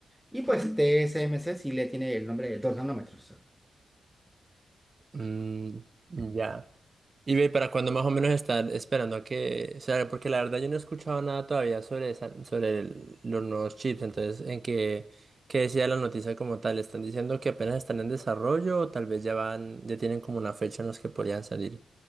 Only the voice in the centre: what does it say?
Y pues TSMC sí le tiene el nombre de dos nanómetros.